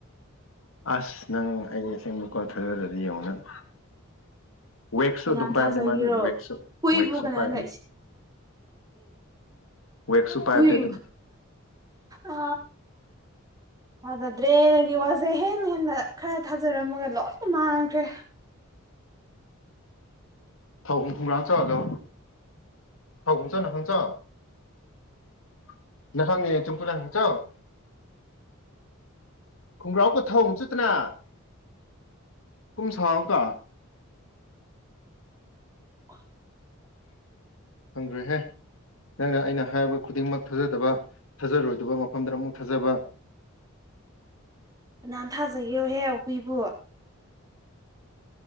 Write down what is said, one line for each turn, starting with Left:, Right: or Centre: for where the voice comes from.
Left: ꯑꯁ ꯅꯪ ꯑꯩ ꯑꯁꯦꯡꯕ ꯀꯣꯜ ꯊꯥꯖꯔꯗꯤ ꯌꯦꯡꯉꯣ ꯅꯪ ꯋꯦꯛꯁꯨ
Right: ꯀꯅꯥꯅ
Left: ꯑꯗꯨꯝ
Right: ꯊꯥꯖꯒꯤꯔꯣ
Left: ꯄꯥꯏꯕꯅꯦ ꯃꯥꯗꯤ ꯋꯦꯛꯁꯨ
Right: ꯍꯨꯏꯕꯨ
Left: ꯋꯦꯛꯁꯨ
Right: ꯀꯅꯥꯅ
Left: ꯄꯥꯏꯕꯅꯦ ꯋꯦꯛꯁꯨ ꯄꯥꯏꯕꯅꯦ
Right: ꯍꯨꯏꯕꯨ
Left: ꯑꯗꯨꯝ
Right: ꯑ ꯑꯗ ꯗ꯭ꯔꯦꯒꯤ ꯋꯥꯁꯦ ꯍꯦꯟꯅ ꯍꯦꯟꯅ ꯈꯔ ꯊꯥꯖꯔꯝꯃꯒ ꯂꯣꯏ ꯃꯥꯡꯈ꯭ꯔꯦ
Left: ꯊꯥꯎ ꯍꯐꯨꯝ꯭ꯔꯥꯥꯛꯆ ꯍꯜꯂꯣ ꯊꯥꯎ ꯍ ꯆ ꯅ ꯍꯪ ꯆ <unintelligible> ꯈꯣꯡꯒ꯭ꯔꯥꯎꯕꯨ ꯊꯑꯣꯡ ꯆꯠꯇꯅ ꯀꯨꯝꯁꯎ ꯀ
Right: ꯍ
Left: ꯊꯪꯗ꯭ꯔꯦ ꯍꯦ ꯅꯪꯅ ꯑꯩꯅ ꯍꯥꯏꯔꯤꯕ ꯈꯨꯗꯤꯡꯃꯛ ꯊꯥꯖꯗꯕ ꯊꯥꯖꯔꯣꯏꯗꯕ ꯃꯐꯝꯗꯗ ꯑꯃꯨꯛ ꯊꯥꯖꯕ <inaudible>
Right: ꯅ ꯅꯍꯥꯟ ꯊꯥꯖꯒꯦꯣꯍꯦ ꯍꯨꯏꯕꯣ